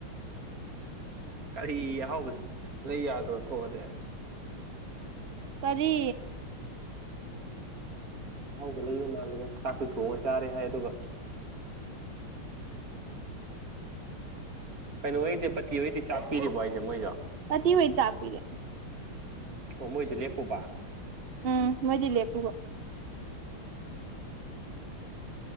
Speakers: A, on the right (about 45°); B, on the right (about 60°).
A: ꯀꯔꯤ ꯑꯍꯥꯎꯕꯁꯤ ꯂꯩ ꯌꯥꯗ꯭ꯔꯣ ꯊꯣꯛꯑꯗꯤꯦ
B: ꯀꯔꯤ
A: ꯑꯍꯥꯎꯕ ꯂꯩꯕ ꯃꯥꯜꯂꯤꯗ ꯆꯥꯛꯇꯨ ꯊꯣꯡꯉ ꯆꯥꯔꯦ ꯍꯥꯏ ꯑꯗꯨꯒ ꯀꯩꯅꯣ ꯑꯣꯏꯗꯤ ꯄꯠꯇꯤ ꯑꯣꯏꯗꯤ ꯆꯥꯛꯄꯤꯔꯤꯕꯣ ꯍꯥꯏꯁꯦ ꯃꯣꯏꯁꯨ
B: ꯀꯗꯤꯤ ꯍꯣꯏ ꯆꯥꯄꯤꯤꯔꯦ
A: ꯑꯣ ꯃꯣꯏꯁꯨ ꯂꯦꯞꯄꯨꯕ
B: ꯎꯝ ꯃꯣꯏꯗꯤ ꯂꯦ ꯄꯨꯍꯠ